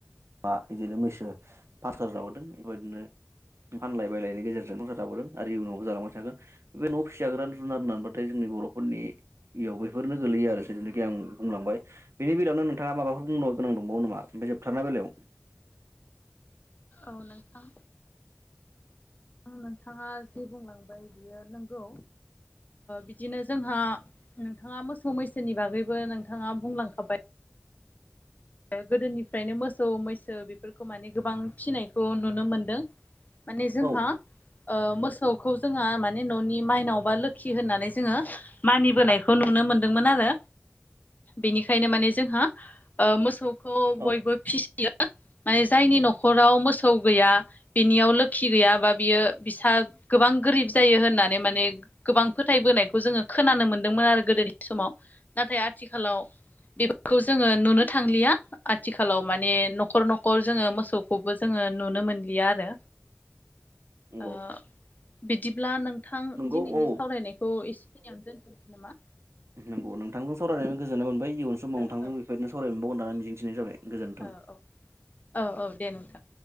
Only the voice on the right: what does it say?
बा बिदिनो मैसो पासार जाबोदों बेबायदिनो फानलाय बायलायनि गेजेरजों संसार जाबोदों आरो इयुनावआव जालांबाय थागोन बे न'आव फिसिग्रा न'आव जुनार होननानै थाय जोंनि बर'फोरनि इयाव बेफोरनो गोलैयो आरो जिथुनाखि आं बुंलांबाय। बेनि बेलायावनो नोंथाङा माबाफोर बुंबावनो गोनांं दंबावो नामा ओमफ्राय जोबथारनाय बेलायाव
औ
औ
नंगौ
नंगौ
औ
नोंगौ नोंथांजों सावरायनायनानै गोजोननाय मोनबाय इयुन समाव
नोंथांजों
बेफोर बायदिनो सावराय मोनबागोन होननानै मिजिथिनाय जाबाय। गोजोन्थों